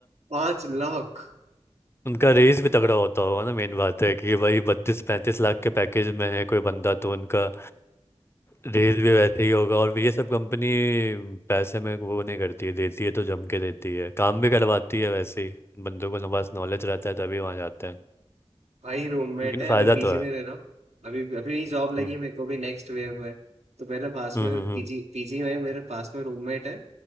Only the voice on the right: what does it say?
पांच लाख
भाई रूममेट
है
अभी पीजी
में रह रहा हूँ अभी अभी यही जॉब लगी
है मेरे को भी नेक्स्ट वेव है तो मेरे पास
में
पीजी
पीजी में मेरे पास में रूममेट है